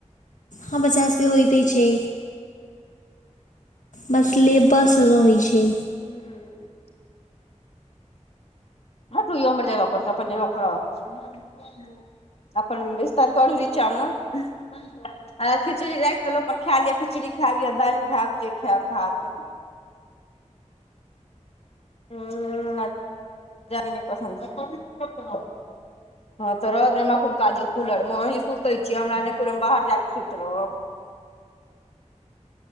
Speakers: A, on the left; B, on the left.
A: हँ बच्चा सबके होइते छै। बसले लेब सऽ रहैत छै
B: हूँ ह टु यौ हमर जगह पर सेऽअपन जगह पर आउ अपनन विस्तर करू निचामे। आ खिचड़ी राखि देलहुँ अपन खाय ल खिचड़ी खायब य दालि खायब जे खायब भात हूं हूं जादे नहि पसन्द छै हँ तऽ रह देहि हमरा कोन काज य कूलर मे अहीं सुते छियै हमरा नहि कुनौ बाहर जाय क सुति रहब